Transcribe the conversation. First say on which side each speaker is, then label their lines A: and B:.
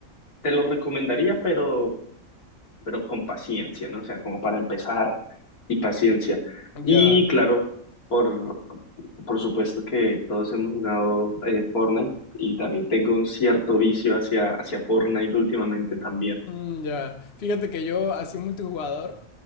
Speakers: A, on the left; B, on the left.
A: Te lo recomendaría, pero, pero con paciencia, ¿no? O sea, como para empezar y paciencia. Y
B: ya.
A: claro, por, por supuesto que todos hemos jugado eh, Fortnite y también tengo un cierto vicio hacia, hacia Fortnite últimamente también.
B: Mm, ya. Fíjate que yo así multijugador,